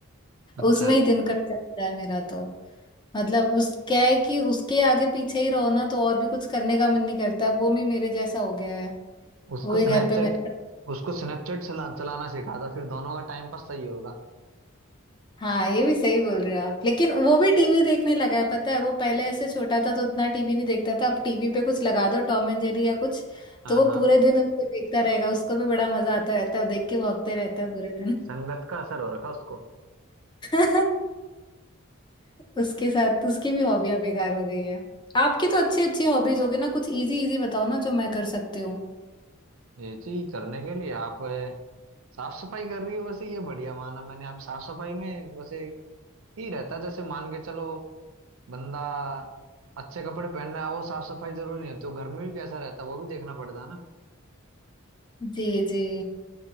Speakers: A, on the right; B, on the left.
A: अच्छा
B: उसमें ही दिन कट जाता है मेरा तो मतलब उस क्या है कि उसके आगे पीछे ही रहो ना तो और भी कुछ करने का मन नहीं करता वो भी मेरे जैसा हो गया है
A: उसको
B: वो ही
A: स्नैपचैट
B: घर पे मेरे
A: उसको स्नैपचैट चला, चलाना सिखा था फिर दोनों का टाइम पास सही होगा
B: हाँ ये भी सही बोल रहे हो आप लेकिन वो भी टीवी देखने लगा है पता है वो पहले ऐसे छोटा था तो उतना टीवी नहीं देखता था अब टीवी पे कुछ लगा दो टॉम एंड जेरी या कुछ
A: हाँ
B: तो वो
A: हाँ
B: पूरे दिन उसको देखता रहेगा उसको भी बड़ा मजा आता रहता है देख के भौंकते रहता है पूरे
A: संगत का असर हो रखा उसको
B: दिन उसके साथ उसकी भी हॉबियां बेकार हो गई है आपकी तो अच्छी अच्छी हॉबीज होगी ना कुछ इजी इजी बताओ ना जो मैं कर सकती हूँ
A: ये चीज करने के लिए आप अ, साफ सफाई कर रही हो वैसे ये बढ़िया माना मैंने आप साफ सफाई में वैसे ही रहता जैसे मान के चलो बंदा अच्छे कपड़े पहन रहा है वो साफ सफाई जरूरी नहीं होती वो घर में भी कैसा रहता है वो भी देखना पड़ता है ना
B: जी जी